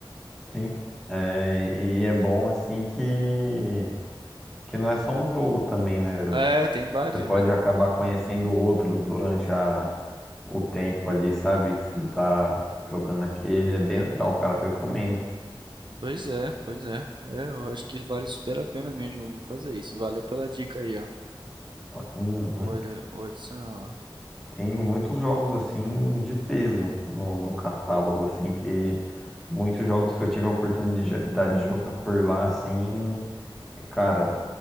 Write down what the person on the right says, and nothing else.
É, é, tem vários,
né?
Pois é, pois é. É, eu acho que vale super a pena mesmo. Eu Vou fazer isso. Valeu pela dica aí, ó.
Olha, olha, isso não.